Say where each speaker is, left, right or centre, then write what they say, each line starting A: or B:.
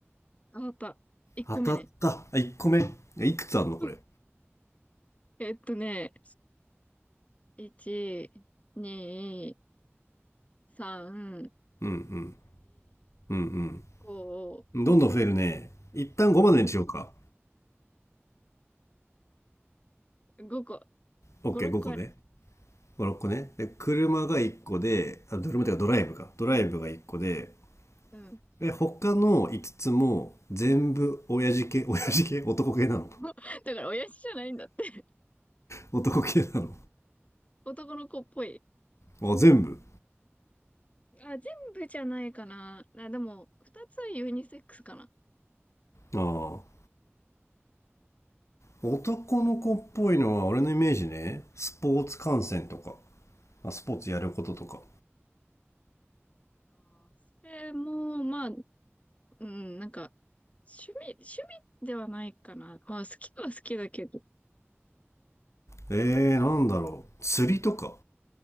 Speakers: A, on the left; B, on the left.
A: あわかった。1個目ね。
B: 当たった。あ、1個目。えいくつあんの、
A: <laughs>
B: これ。
A: えっとね、1、2、3、4、
B: うんうん。うん
A: 5、
B: うん。どんどん増えるね。一旦5までにしようか。
A: 5個、
B: OK、
A: 5、6個ある。
B: 5個ね。5、6個ね。で、車が1個で、
A: うん、
B: あ、車っていうかドライブか。ドライブが1個で、
A: うん。
B: で、他の5つつも全部親父系、親父系男系なの
A: <laughs> だから、親父じゃないんだって。
B: 男系なの
A: 男の子っぽい。
B: あ、全部。
A: あ、全部じゃないかな。あ、でも、2つはユニセックスかな。
B: ああ。男の子っぽいのは俺のイメージね。スポーツ観戦とか。
A: うん。
B: あ、スポーツやることとか。
A: あー、それも、まあ、うん、なんか、趣味、趣味ではないかな。まあ、好きは好きだけど。
B: えー、なんだろう。釣りとか。